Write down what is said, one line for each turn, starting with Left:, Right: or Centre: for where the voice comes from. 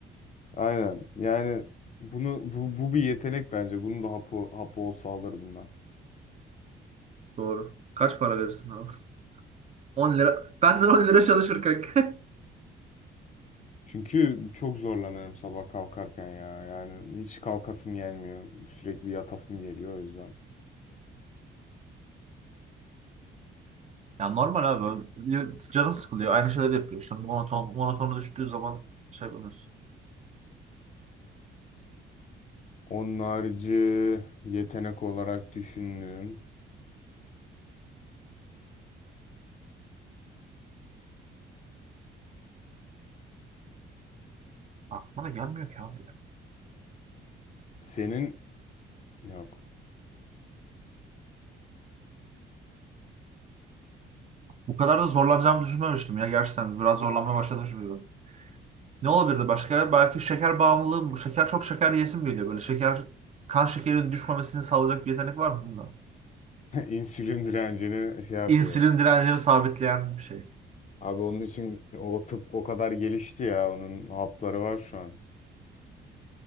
Left: Aynen. Yani bunu bu, bu bir yetenek bence. Bunu da hapı hapı olsa alırdım ben.
Right: Doğru. Kaç para verirsin abi? 10 lira. Benden 10 lira çalışır kanka. <laughs>
Left: Çünkü çok zorlanıyorum sabah kalkarken ya. Yani hiç kalkasım gelmiyor. Sürekli yatasım geliyor o yüzden.
Right: Ya normal abi. Canı sıkılıyor. Aynı şeyleri yapıyor. İşte monoton, monotonu düştüğü zaman şey yapamıyorsun.
Left: Onun harici yetenek olarak düşündüğüm
Right: Aklıma da gelmiyor ki abi ya.
Left: senin yok.
Right: Bu kadar da zorlanacağımı düşünmemiştim ya gerçekten. Biraz zorlanmaya başladım şimdi. Ne olabilirdi başka? Belki şeker bağımlılığı mı? Şeker çok şeker yesim geliyor böyle. Şeker kan şekerinin düşmemesini sağlayacak bir yetenek var mı bunda?
Left: <laughs> İnsülin direncini şey yapıyor.
Right: İnsülin direncini sabitleyen bir şey.
Left: Abi onun için o tıp o kadar gelişti ya. Onun hapları var şu an.